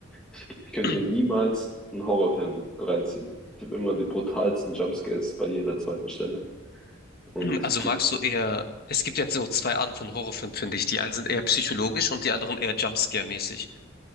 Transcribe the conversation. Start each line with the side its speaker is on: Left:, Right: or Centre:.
Centre: ich, ich könnte
Left: <clears throat>
Centre: mir niemals einen Horrorfilm reinziehen. Ich habe immer die brutalsten Jumpscares bei jeder zweiten Stelle. Und
Left: Also magst
Centre: du,
Left: du eher, es gibt jetzt so zwei Arten von Horrorfilmen, finde ich. Die einen sind eher psychologisch und die anderen eher Jumpscare-mäßig.